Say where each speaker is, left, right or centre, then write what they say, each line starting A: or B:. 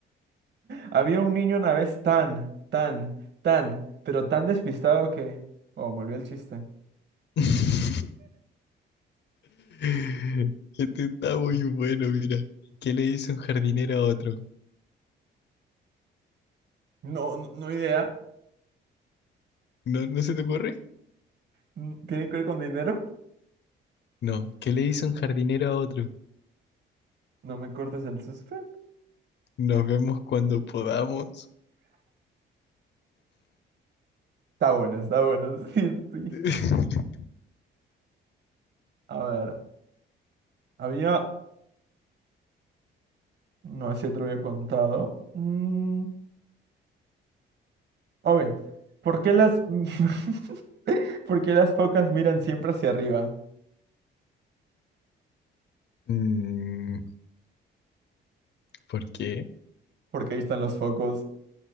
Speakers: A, on the right; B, on the left.
A: Había un niño una vez tan, tan, tan, pero tan despistado que... Oh, me olvidé el chiste.
B: <laughs> <laughs> Este está muy bueno, mira. ¿Qué le dice un jardinero a otro?
A: No, no, no idea.
B: ¿No, no se te ocurre?
A: Mm, ¿Tiene que ver con dinero?
B: No. ¿Qué le dice un jardinero a otro?
A: No me cortes el suspense.
B: Nos vemos cuando podamos.
A: Está bueno, está bueno. <laughs> Sí, sí.
B: <laughs>
A: A ver. Había... No sé si te lo había contado. Mm, ok. ¿Por qué las... <laughs> ¿Por qué las focas miran siempre hacia arriba?
B: Mm, ¿por qué?
A: Porque ahí están los focos.